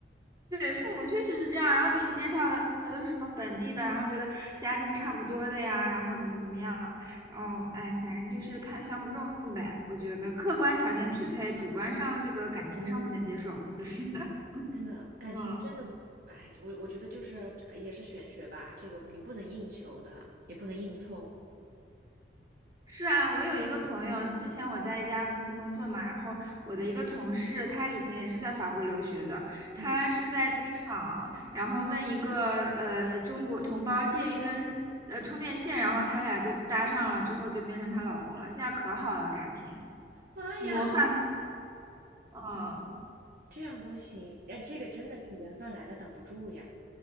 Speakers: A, on the right (about 20°); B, on the right (about 55°).
A: 对，父母确实是这样，然后给你介绍的都是什么本地的，然后觉得家境差不多的呀，然后怎么怎么样啊，然后哎，反正就是看相不中呗。我觉得客观条件匹配，主观上这个感情上不能接受，
B: 嗯，
A: 就是 <laughs>
B: 真的感情真的，
A: 嗯。
B: 哎，我我觉得就是也是玄学吧，这个你不能硬求的，也不能硬凑。
A: 是啊，我有一个朋友，之前我在一家公司工作嘛，然后我的一个同事，他以前也是在法国留学的，他是在机场，
B: 嗯，
A: 然后问一个呃中国同胞借一根呃充电线，然后他俩就搭上了，之后就变成她老公了，现在可好了感情，
B: 妈呀，
A: 模范夫，嗯，
B: 这样都行，但这个真的是缘分来了挡不住呀！